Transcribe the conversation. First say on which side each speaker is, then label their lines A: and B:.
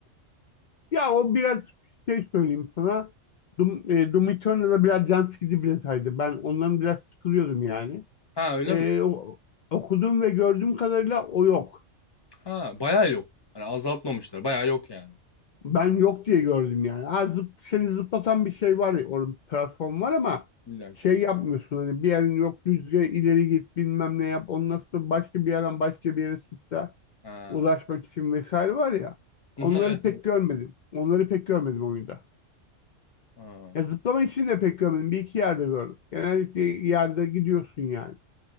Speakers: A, on the left; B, on the left.
A: Ya o biraz şey söyleyeyim sana. Doom, e, Doom Eternal'da biraz can sıkıcı bir detaydı. Ben ondan biraz sıkılıyordum yani.
B: Ha öyle
A: Ee,
B: mi?
A: o- okuduğum ve gördüğüm kadarıyla o yok.
B: Ha bayağı yok. Hani azaltmamışlar. Bayağı yok yani.
A: Ben yok diye gördüm yani. Ha, zıp, seni zıplatan bir şey var ya, orada bir platform var ama
B: İlla
A: şey
B: ki.
A: yapmıyorsun hani bir yerin yok rüzgar ileri git bilmem ne yap ondan sonra başka bir yerden başka bir yere sıçra
B: Ha.
A: ulaşmak için vesaire var ya
B: <laughs>
A: onları
B: Evet.
A: pek görmedim. Onları pek görmedim oyunda.
B: Ha.
A: Ya zıplama için de pek görmedim. Bir iki yerde gördüm. Genellikle yerde gidiyorsun yani.